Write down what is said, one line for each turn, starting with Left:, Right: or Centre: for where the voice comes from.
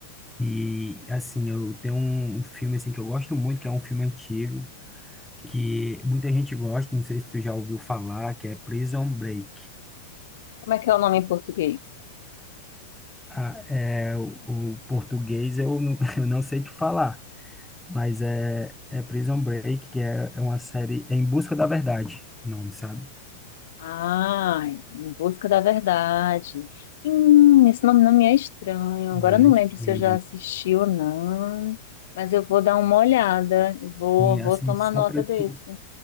Centre: E assim, eu tenho um, um filme assim que eu gosto muito, que é um filme antigo, que muita gente gosta, não sei se tu já ouviu falar, que é Prison Break.
Left: como é que é o nome em português?
Centre: Ah, é, o, o português eu não, <laughs> eu não sei te falar, mas é, é Prison Break, que é, é uma série é Em Busca da Verdade, o nome, sabe?
Left: Ah, Em Busca da Verdade. Hum, esse nome não me é estranho.
Centre: Mas,
Left: Agora eu não lembro
Centre: né,
Left: se eu já assisti ou não, mas eu vou dar uma olhada. Vou,
Centre: e
Left: vou
Centre: assim,
Left: tomar
Centre: só
Left: nota
Centre: para
Left: desse.
Centre: te